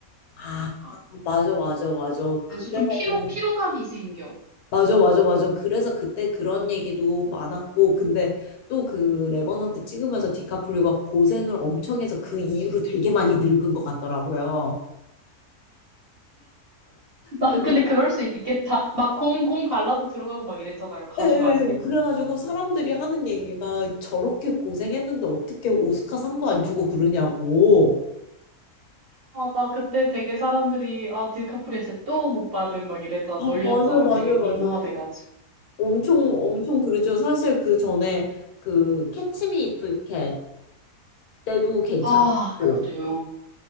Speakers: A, on the left (about 75°); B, on the right (about 50°).
A: 아
B: 다.
A: 맞아 맞아 맞아 그래가지고
B: 그래서 좀 피로 피로감이 생겨
A: 맞아 맞아 맞아 그래서 그때 그런 얘기도 많았고 근데 또 그 레버넌트 찍으면서 디카프리오가 고생을 엄청 해서 그 이후로 되게 많이 늙은 것 같더라고요.
B: 나
A: 그래서
B: 근데 그럴 수 있겠다. 막 곰, 곰 갈라서 들어가고 막 이랬잖아요. 가죽
A: 예, 예,
B: 안에. <laughs>
A: 예. 그래가지고 사람들이 하는 얘기가 저렇게 고생했는데 어떻게 오스카상도 안 주고 그러냐고.
B: 맞아. 그때 되게 사람들이, 아, 디카프리오 쟤또 못 받은 막 이랬잖아.
A: 아,
B: 놀렸잖아.
A: 맞아요, 맞아요,
B: 되게 미모화돼가지고.
A: 맞아요. 엄청, 엄청 그랬죠. 사실 그 전에 그 캐치미 이프 유캔 때도 괜찮았고.
B: 아, 그것도 영화.